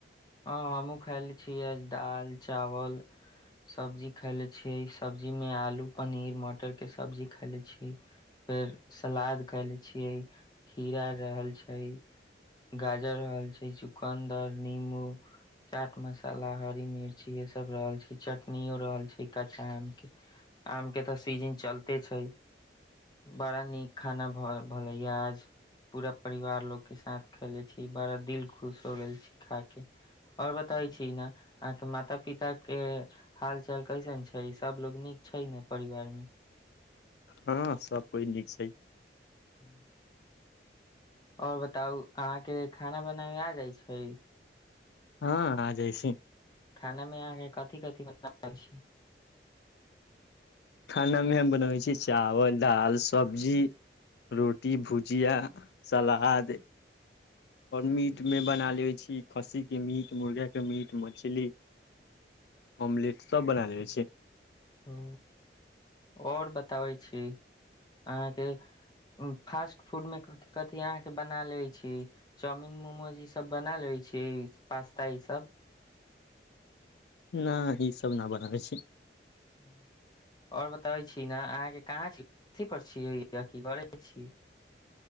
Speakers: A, on the left; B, on the left.
A: ह हमहूँ खायले छीयै आज दाल चावल सब्जी खाय ले छियै सब्जी में आलू पनीर मटर के सब्जी खायले छियै फेर सलाद खैले छियै खीरा रहल छै गाजर रहल छै चुकन्दर नीबू <inaudible> चाट मसाला हरी मिर्ची ये सब रहल छै चटनियो रहल छै कच्चा आम के आम के तऽ सीजिन चलते छै बड़ा नीक खाना भ भलैय आज पूरा परिवार लोकके साथ खयेले छी बड़ा दिल खुश हो गेल छी खा के आओर बताै छी ने अहाँके माता पिता के हाल चाल कैसन छै सबलोग नीक छै ने परिवार मे
B: हँ सभ कोइ नीक छै
A: हँ आओर बताउ अहाँके खाना बनाबे आ जाय छै
B: हँ आ जाइ छै
A: खाना मे अहाँके कथि कथि बनाबै छी
B: खानामे हम बनबै छी चावल दालि सब्जी रोटी भुजिया सलाद आओर मीटमे बना लेै छी खस्सीके मीट मुर्गाके मीट मछली ऑमलेट सब बना लेबे छियै
A: ह आओर बताबै छी अहाँके उ फास्ट फूड में कथि कथि अहाँ के बना ले छी चाउमिन मोमोज ई सब बना लेबे छी छियै पास्ता ई सब
B: नहि ईसभ न बनाबै छी
A: हाँ आओर बताबै छी ने अहाँके कहाँ छी अथी पर छीयै आ की घरे छी <inaudible>